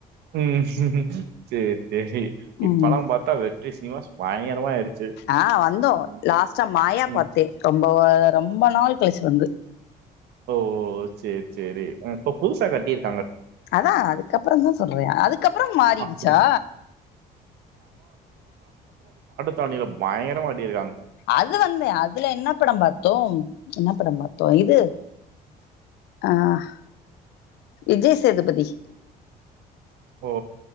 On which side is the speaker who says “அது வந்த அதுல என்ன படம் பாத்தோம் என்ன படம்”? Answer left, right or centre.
Left